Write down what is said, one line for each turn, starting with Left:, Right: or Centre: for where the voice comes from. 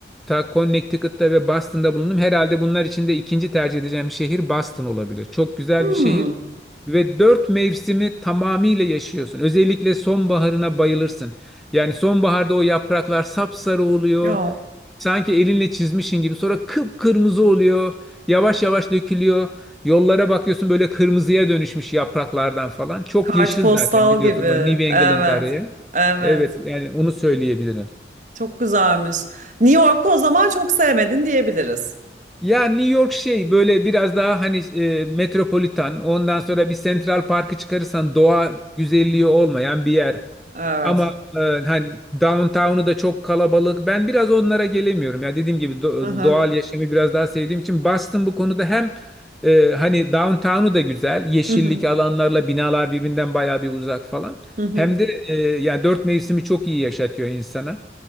Centre: Ta Connecticut'ta ve Boston'da bulundum. Herhalde bunlar içinde ikinci tercih edeceğim şehir Boston olabilir. Çok güzel
Right: Hmm.
Centre: bir şehir. Ve dört mevsimi tamamıyla yaşıyorsun. Özellikle sonbaharına bayılırsın. Yani sonbaharda o yapraklar sapsarı oluyor.
Right: Ya
Centre: Sanki elinle çizmişin gibi. Sonra kıpkırmızı oluyor. Yavaş yavaş dökülüyor. Yollara bakıyorsun böyle kırmızıya dönüşmüş yapraklardan falan. Çok
Right: kartpostal
Centre: yeşil zaten biliyorsun
Right: gibi.
Centre: o New England
Right: Evet.
Centre: araya.
Right: Evet.
Centre: Evet yani onu söyleyebilirim.
Right: Çok güzelmiş. New York'u o zaman çok sevmedin diyebiliriz.
Centre: Ya New York şey böyle biraz daha hani e, metropolitan ondan sonra bir Central Park'ı çıkarırsan doğa güzelliği olmayan bir yer.
Right: Evet.
Centre: Ama e, hani downtown'u da çok kalabalık. Ben biraz onlara gelemiyorum. Ya dediğim gibi do-
Right: Hı
Centre: doğal yaşamı biraz daha sevdiğim için Boston bu konuda hem e, hani downtown'u da güzel. Yeşillik
Right: Hı hı.
Centre: alanlarla binalar birbirinden bayağı bir uzak falan.
Right: Hı hı.
Centre: Hem de e, ya dört mevsimi çok iyi yaşatıyor insana.